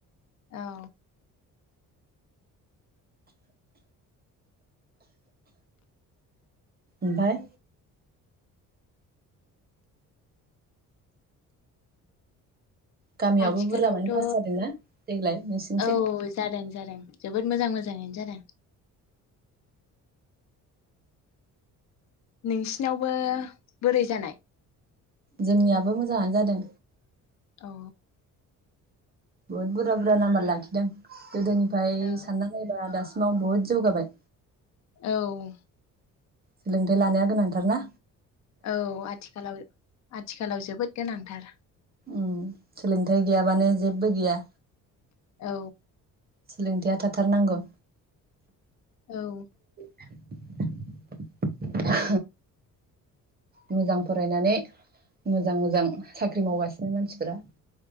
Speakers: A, on the left; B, on the right.
A: औ
B: ओमफाय गामियावबो
A: आथिखालावथ'
B: बुरजामानि पास जादोंना देग्लाय नोंसिनिथिं
A: औ जादों जादों जोबोद मोजां मोजाङैनो जादों नोंसिनावबो बोरै जानाय
B: जोंनियाबो मोजाङानो जादों
A: औ
B: बुहुद बुरजा बुरजा नाम्बार लाखिदों गोदोनिफाय
A: औ
B: सानना नायबा दासिम उनाव बुहुत जौगाबाय
A: औ
B: सोलोंथाइ लानाया गोनांथार ना
A: औ आथिखालाव आथिखालाव जोबोद गोनांथार
B: ओम सोलोंथाइ गैयाबानो जेबो गैया
A: औ
B: सोलोंथाया थाथारनांगौ
A: औ
B: <unintelligible> मोजां फरायनानै मोजां मोजां साख्रि मावगासिनो मानसिफोरा